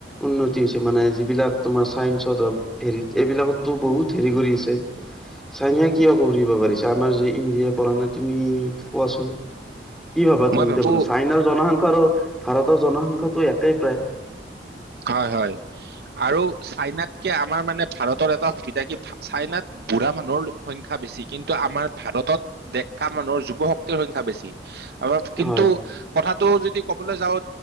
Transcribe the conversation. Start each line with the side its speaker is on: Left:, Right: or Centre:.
Centre: উন্নতি হৈছে মানে, যিবিলাক তোমাৰ চাইন্সত হওক হেৰিত এইবিলাকতটো বহুত হেৰি কৰি আছে। চাইনাই কিয় কৰিব পাৰিছে, আমাৰ যে ইণ্ডিয়া পৰা নাই তুমি কোৱাচোন? কি ভাবা তুমি?
Right: মই ভাবো
Centre: চাইনাৰ জনসংখ্যা আৰু ভাৰতৰ জনসংখ্যাটো একেই প্ৰায়।
Right: হয় হয় আৰু চাইনাতকে আমাৰ মানে ভাৰত এটা সুবিধা কি চাইনাত বুঢ়া মানুহৰ সংখ্যা বেছি। কিন্তু আমাৰ ভাৰতত ডেকা মানুহৰ যুৱ শক্তিৰ সংখ্যা বেছি। আৰু কিন্তু
Centre: হয়
Right: কথাটো যদি ক'বলৈ যাওঁ,